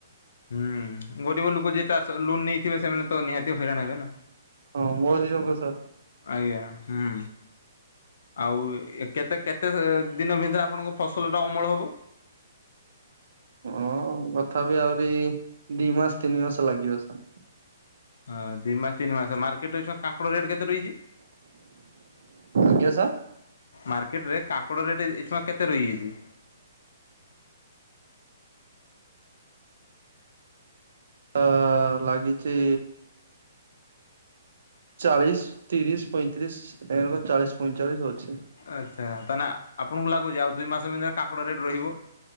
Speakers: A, on the left; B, on the right.
A: ହୁଁ ଗରିବ ଲୋକ ଯଏ ଚାଷ ଲୋନ୍ ନେଇଥିବେ, ସେମାନେ ତ ନିହାତି ହଇରାଣ ହେବେ ନା।
B: ହଁ ମୋ ଦିନଙ୍କ ସ
A: ଆଜ୍ଞା ହୁଁ। ଆଉ କେତେ କେତେ ଦିନ ଭିତରେ ଆପଣଙ୍କ ଫସଲଟା ଅମଳ ହେବ?
B: ହଁ କଥାପି ଆହୁରି ଦି ମାସ ତିନି ମାସ ଲାଗିବ ସାର୍।
A: ହଁ ଦିଇ ମାସ ତିନି ମାସ ମାର୍କେଟରେ ଛୁଆ କାଙ୍କଡ ରେଟ୍ କେତେ ରହିଛି?
B: କେ ସାର୍?
A: ମାର୍କେଟ ରେ କାକଡ ରେଟ ଏଛୁଆ କେତେ ରହିଯାଇଛି?
B: ତ ଲାଗିଛି ଚାଳିଶ ତିରିଶ ପଇଁତିରିଶ ଏମ୍ ଚାଳିଶ ପଇଁଚାଳିଶ ଅଛେ।
A: ଆଚ୍ଛା ତାନେ ଆପଣଙ୍କୁ ଲାଗୁଛି ଆଉ ଦୁଇ ମାସ ଭିତରେ କାଙ୍କଡ଼ ରେଟ୍ ରହିବ।